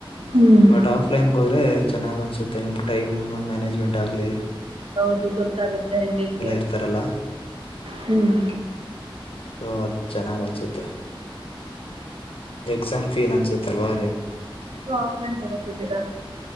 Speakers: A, on the right; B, on the left.
A: ಹ್ಮ್
B: ಬಟ್ ಆಫ್ಲೈನ್ ಹೋದ್ರೆ ಚೆನ್ನ್ ಅನ್ಸುತ್ತೆ ನಿಮ್ ಟೈಮ್. ಮ್ಯಾನೇಜ್ಮೆಂಟ್ ಆಗಲಿ.
A: ಹೌದು ಗೊತ್ತಾಗುತ್ತೆ ಹೆಂಗೆಂಗೆ
B: ಇರ್ತಾರಲ್ಲ
A: ಹ್ಮ್.
B: ಸೊ ಅದ್ ಚೆನ್ನಾಗ್ ಅನ್ಸುತ್ತೆ. ಎಕ್ಸಂ ಫೀಲ್ ಅನ್ಸುತ್ತೆ ಅಲ್ವಾ
A: ಆಫ್ಲೈನ್ ತಗೋತಿದ್ದೀರಾ